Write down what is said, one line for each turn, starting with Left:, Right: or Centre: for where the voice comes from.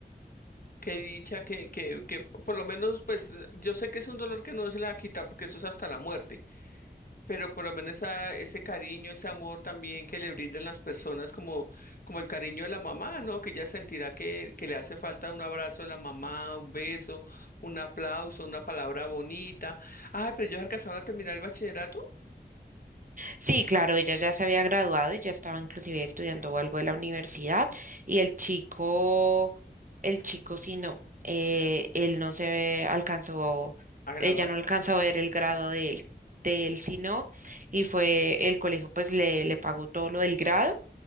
Left: qué dicha, que, que, que por lo menos, pues eh, yo sé que es un dolor que no se le va a quitar porque eso es hasta la muerte, pero por lo menos esa- ese cariño, ese amor también que le brindan las personas, como, como el cariño de la mamá, ¿no? Que ella sentirá que, que le hace falta un abrazo de la mamá, un beso, un aplauso, una palabra bonita. Ay, pero ellos alcanzaron a terminar el bachillerato,
Right: Sí, claro, ella ya se había graduado, ella estaba inclusive estudiando algo de la universidad y el chico, el chico sí no, eh, él no se ve- alcanzó,
Left: a graduar.
Right: ella no alcanzó a ver el grado de él, de él sí no, y fue el colegio pues le, le pagó todo lo del grado.